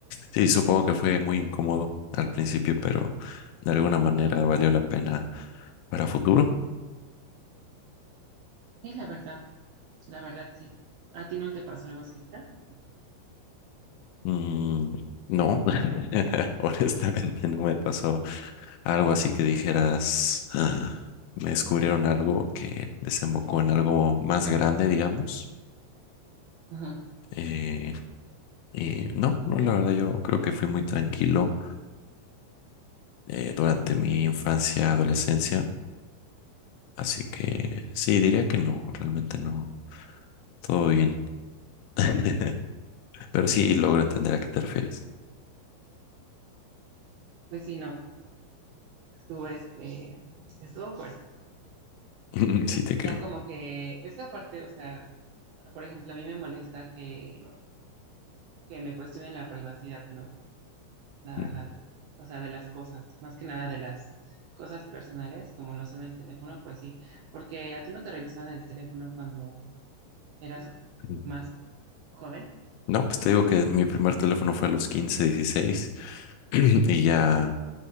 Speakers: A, on the left (about 80°); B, on the right (about 75°).
A: sí, supongo que fue muy incómodo al principio, pero de alguna manera valió la pena para futuro.
B: Sí, la verdad. la verdad sí. ¿A ti no te pasó algo similar? No.
A: Mm, no, <laughs> honestamente no me pasó algo así que dijeras, "Ah, me descubrieron algo que desembocó en algo más grande, digamos.
B: Ajá.
A: eh, Y no, no, la verdad yo creo que fui muy tranquilo eh, durante mi infancia, adolescencia, así que sí, diría que no, realmente no, todo bien, <laughs> pero sí logro entender a qué te refieres,
B: Pues sí, no, estuvo, este, estuvo fuerte.
A: <laughs> sí te
B: Ya
A: creo.
B: como que, es que aparte, o sea, por ejemplo, a mí me molesta que, que me cuestionen la privacidad, ¿no? La
A: <laughs>
B: verdad. O sea, de las cosas, más que nada de las cosas personales, como lo son el teléfono, pues sí, porque a ti no te revisaban el teléfono cuando eras
A: Ujú.
B: más joven.
A: No, pues te digo que mi primer teléfono fue a los 15, dieciséis <clears throat> y ya,